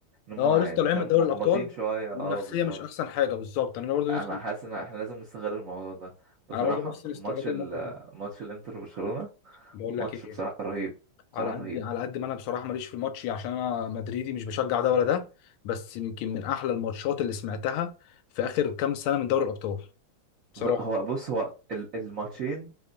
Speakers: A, on the right (about 85°); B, on the left (about 80°).
A: هم
B: اه
A: يعني
B: لسه طالعين
A: فاهم
B: من دوري
A: محبطين
B: الابطال
A: شويه
B: والنفسيه
A: اه بالظبط
B: مش احسن حاجه بالظبط انا برضو
A: انا حاسس ان احنا لازم نستغل الموضوع ده بصراحه
B: انا برضه نفسي نستغل
A: ماتش ال
B: الموقف ده
A: ماتش الانتر وبرشلونه
B: بقول
A: ماتش
B: لك ايه
A: بصراحه رهيب بصراحه
B: على قد
A: رهيب
B: على قد ما انا بصراحه ماليش في الماتش عشان انا مدريدي مش بشجع ده ولا ده بس يمكن من احلى الماتشات اللي سمعتها في اخر كام سنه من دوري الابطال بصراحه
A: بص- هو بص هو ال- الماتشين